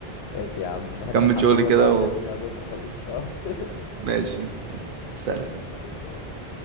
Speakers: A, on the left; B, on the right.
A: ماشي يا عم روح
B: تكمل
A: انت الحق
B: شغلي
A: شغلك
B: كده
A: بقى عشان الدنيا بايظه خالص <laughs>
B: وماشي يلا سلام
A: ايش تمام